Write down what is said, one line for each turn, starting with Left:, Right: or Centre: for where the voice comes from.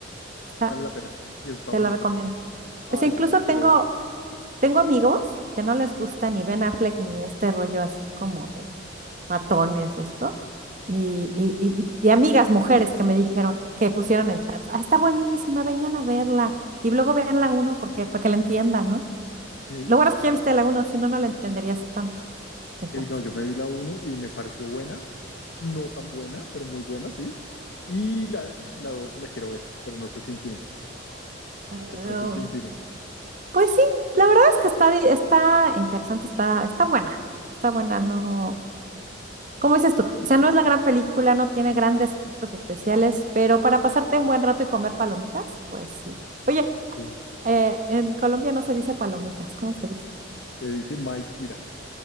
Right: esta
Left: vale la pena. Y eso está
Right: te
Left: buenísima.
Right: la recomiendo.
Left: Ay,
Right: Pues incluso
Left: yo me la quiero
Right: tengo,
Left: ver.
Right: tengo amigos que no les gusta ni Ben Affleck ni este rollo así como de matones y esto. Y, y, y, y- y amigas mujeres que me dijeron, que pusieron en chat, ah, está buenísima, vengan a verla. Y luego vean la uno porque, para que la entiendan, ¿no?
Left: Ok,
Right: Lo bueno
Left: <laughs>
Right: es que ya viste la uno, si no, no la entenderías tanto.
Left: ok,
Right: Fíjate.
Left: no, yo me vi la uno y me pareció buena. no tan buena, pero muy buena, sí. Y la, la dos me la quiero ver, pero no sé si en cine.
Right: Ah,
Left: De pronto sí en cine.
Right: pues sí, la verdad es que está, di- está interesante, está, está buena, está buena, no, ¿cómo dices tú? O sea, no es la gran película, no tiene grandes efectos especiales, pero para pasarte un buen rato y comer palomitas, pues sí. Oye,
Left: Ok.
Right: eh, en Colombia no se dice palomitas, ¿cómo se dice?
Left: Te dice Maíspira.